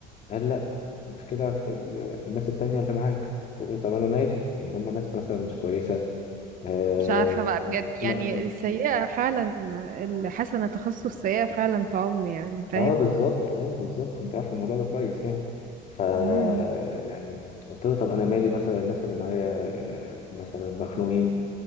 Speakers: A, on the left; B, on the right.
A: قال لا المشكلة في, ال... في الناس التانية اللي معاك قلت له طب انا مالي يعني هم ناس مثلا مش كويسة اه,
B: مش عارفة بقى
A: ما...
B: بجد يعني
A: ما-
B: السيئة فعلا الحسنة تخص السيئة فعلا تعم يعني فاهم
A: آه بالظبط اه بالظبط انت عارف الموضوع ده كويس يعني ف
B: امم
A: يعني قلت له طب انا مالي مثلا الناس اللي معايا آه، مثلا مخنوقين